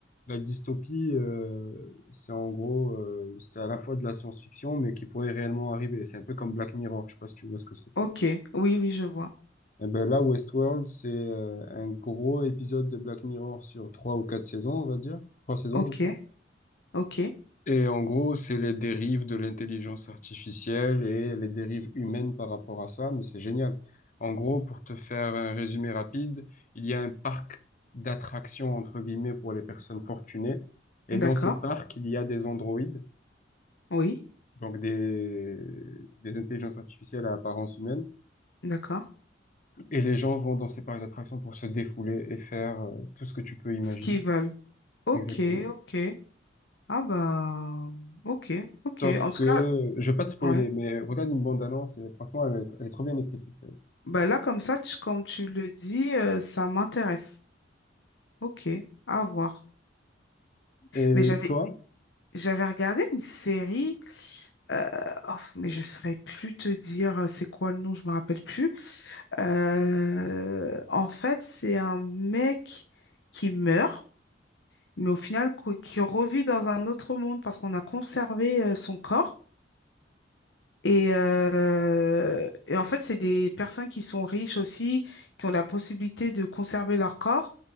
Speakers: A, on the left (about 45°); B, on the left (about 70°).
A: la dystopie, euh, c'est en gros, euh, c'est à la fois de la science-fiction, mais qui pourrait réellement arriver. C'est un peu comme Black Mirror, je sais pas si tu vois ce que c'est.
B: ok. Oui, oui, je vois.
A: Eh ben là, Westworld, c'est euh, un gros épisode de Black Mirror sur trois ou quatre saisons, on va dire. Trois saisons,
B: Ok,
A: je crois.
B: ok.
A: Et en gros, c'est les dérives de l'intelligence artificielle et les dérives humaines par rapport à ça, mais c'est génial. En gros, pour te faire un résumé rapide, il y a un parc d'attractions, entre guillemets, pour les personnes fortunées. Et
B: D'accord.
A: dans ce parc, il y a des androïdes,
B: Oui,
A: donc des, des intelligences artificielles à apparence humaine.
B: d'accord.
A: Et les gens vont dans ces parcs d'attractions pour se défouler et faire euh, tout ce que tu peux imaginer.
B: Ce qu'ils veulent. Ok,
A: Exactement.
B: ok. Ah bah, ok, ok.
A: Sauf
B: En tout
A: que,
B: cas,
A: je vais pas te spoiler,
B: ouais.
A: mais regarde une bande-annonce et franchement, elle est, elle est trop bien écrite, cette série.
B: Bah là, comme ça, tu- comme tu le dis, euh, ça m'intéresse. Ok, à voir.
A: Et
B: Mais j'avais
A: toi?
B: j'avais regardé une série, euh, oh, mais je ne saurais plus te dire euh, c'est quoi le nom, je me rappelle plus. Euh, en fait, c'est un mec qui meurt, mais au final qu- qui revit dans un autre monde parce qu'on a conservé euh, son corps. Et, euh, et en fait, c'est des personnes qui sont riches aussi, qui ont la possibilité de conserver leur corps.